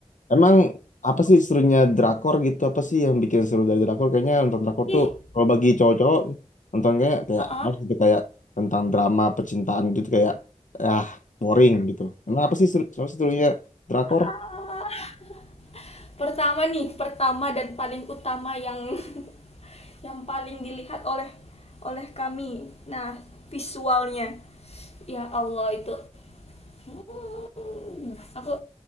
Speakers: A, on the left; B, on the left.
A: emang apa sih serunya drakor gitu? Apa sih yang bikin seru dari drakor? Kayaknya nonton drakor
B: Ih,
A: tuh kalau bagi cowok-cowok nonton kayak kayak
B: uh-uh.
A: harus gitu kayak tentang drama percintaan gitu kayak ah boring gitu. Emang apa sih seru, apa sih serunya drakor?
B: Ah. Pertama nih, pertama dan paling utama yang <laughs> yang paling dilihat oleh oleh kami. Nah, visualnya. Ya Allah itu Hmm, aku